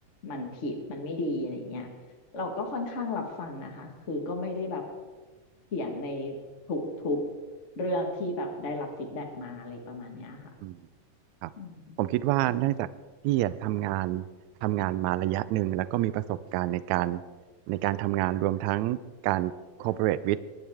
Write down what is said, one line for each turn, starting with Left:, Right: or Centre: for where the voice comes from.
Left: มันผิดมันไม่ดีอะไรเงี้ย เราก็ค่อนข้างรับฟังนะคะ คือก็ไม่ได้แบบเถียงในทุกทุกเรื่องที่แบบได้รับฟีดแบ็กมาอะไรประมาณเนี้ยค่ะ
Right: อืมครับผมคิดว่าเนื่องจากพี่อะทำงาน
Left: อืม
Right: ทำงานมาระยะหนึ่งแล้วก็มีประสบการณ์ในการในการทำงานรวมทั้งการ cooperate with